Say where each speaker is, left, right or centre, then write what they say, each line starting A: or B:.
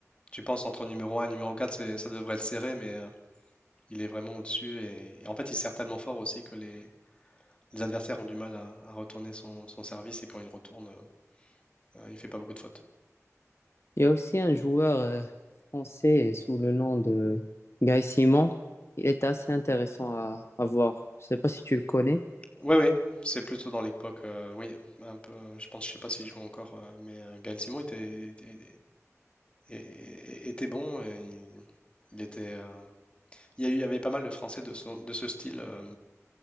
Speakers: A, on the left (about 20°); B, on the left (about 55°).
A: Tu penses entre numéro un et numéro 4. c'est- ça devrait être serré, mais euh, il est vraiment au-dessus. Et, et en fait, il sert tellement fort aussi que les, les adversaires ont du mal à, à retourner son, son service et quand il retourne, euh, il fait pas beaucoup de fautes.
B: Il y a aussi un joueur euh, français sous le nom de Guy Simon. Il est assez intéressant à, à voir. Je sais pas si tu le connais.
A: Ouais, ouais, c'est plutôt dans l'époque, euh, oui, un peu. Je pense, je sais pas s'il joue encore, euh, mais euh, Gaël Simon était, était, était- était bon. et il, il était, euh, il y a eu- il y avait pas mal de Français de, son- de ce style, euh,